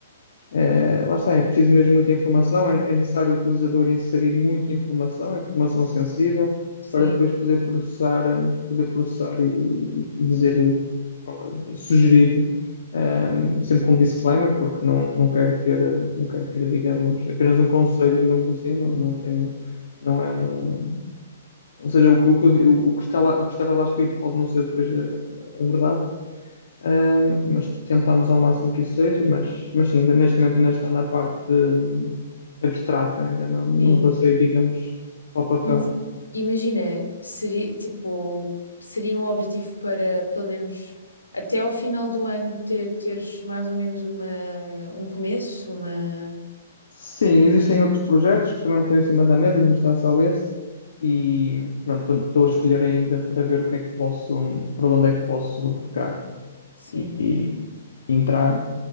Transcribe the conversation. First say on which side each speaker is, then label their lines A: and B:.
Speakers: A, on the left (about 60°); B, on the left (about 80°).
A: eh, lá está, é preciso mesmo muita informação, é, é necessário o utilizador inserir muita informação, informação sensível,
B: Sim.
A: para depois poder processar, eh, poder processar e, e dizer qual, é- sugerir. eh, sempre com disclaimer, porque não, não quero ter, não quero ter, digamos, apenas um conselho, digamos assim, não, não tenho, não é um, ou seja, o, que- o, que eu o, que está lá, o que estará lá escrito pode não ser depois a, a verdade, ahm, mas tentamos ao máximo que isso seja, mas, mas sim, ainda- neste momento ainda está na parte hum, abstrata, ainda não, não
B: Sim.
A: passei, digamos, ao papel.
B: Mas imagina, seria tipo, seria um objetivo para pelo menos até ao final do ano ter, teres mais ou menos uma, um começo, uma.
A: Sim, existem outros projetos que também estão em cima da mesa, não está só esse, e pronto, estou a escolher ainda para ver o que é que posso, para onde é que posso pegar
B: Sim,
A: e, e entrar.